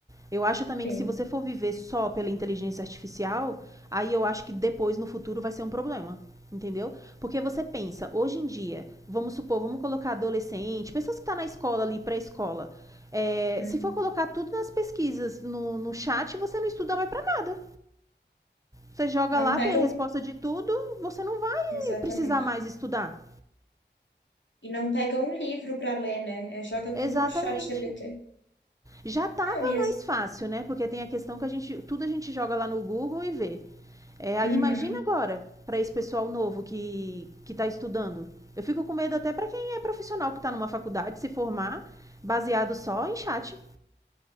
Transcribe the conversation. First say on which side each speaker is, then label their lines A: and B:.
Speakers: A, on the right (about 15°); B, on the left (about 80°).
A: Eu acho também
B: sim.
A: que se você for viver só pela inteligência artificial, aí eu acho que depois, no futuro, vai ser um problema. Entendeu? Porque você pensa, hoje em dia, vamos supor, vamos colocar adolescente, pessoas que estão na escola ali, pré-escola. É,
B: Uhum.
A: se for colocar tudo nas pesquisas, no, no chat, você não estuda mais para nada. Você joga
B: Não
A: lá,
B: pega
A: tem a resposta
B: um.
A: de tudo, você não vai
B: Exatamente.
A: precisar mais estudar.
B: E não pega um livro para ler, né? É, joga
A: Exatamente.
B: tudo no chat GPT.
A: Já estava
B: Não, e as-
A: mais fácil, né? Porque tem a questão que a gente, tudo a gente joga lá no Google e vê. É,
B: Uhum.
A: imagina agora para esse pessoal novo que que está estudando. Eu fico com medo até para quem é profissional que está numa faculdade se formar baseado só em chat.